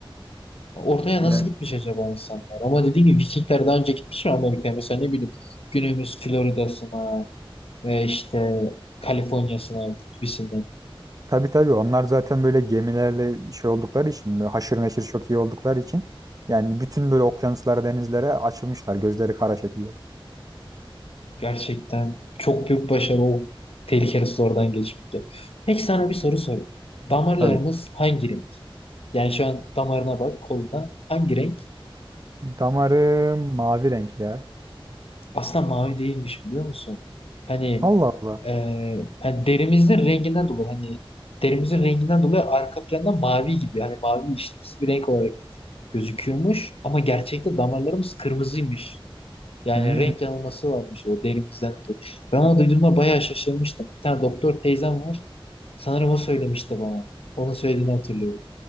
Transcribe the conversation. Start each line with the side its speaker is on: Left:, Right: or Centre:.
Left: oraya
Right: Yani,
Left: nasıl gitmiş acaba insanlar? Ama dediğim gibi Vikingler daha önce gitmiş mi Amerika'ya? Mesela ne bileyim günümüz Florida'sına ve işte Kaliforniya'sına gibisinden.
Right: tabii tabii onlar zaten böyle gemilerle şey oldukları için, böyle haşır neşir çok iyi oldukları için yani bütün böyle okyanuslara, denizlere açılmışlar gözleri kara şekilde.
Left: Gerçekten çok büyük başarı o tehlikeli sulardan geçmek. ya. Peki sana bir soru sorayım. Damarlarımız
Right: Tabii.
Left: hangi renk? Yani şu an damarına bak koluna hangi renk?
Right: Damarı mavi renk ya.
Left: Aslında mavi değilmiş biliyor musun? Hani,
Right: Allah Allah.
Left: e, hani derimizin renginden dolayı hani derimizin renginden dolayı arka planda mavi gibi hani mavi işlemsi bir renk olarak gözüküyormuş ama gerçekte damarlarımız kırmızıymış. Yani
Right: Hmm.
Left: renk yanılması varmış o derimizden dolayı. Ben onu duyduğumda bayağı şaşırmıştım. Bir tane doktor teyzem var. Sanırım o söylemişti bana. Onun söylediğini hatırlıyorum.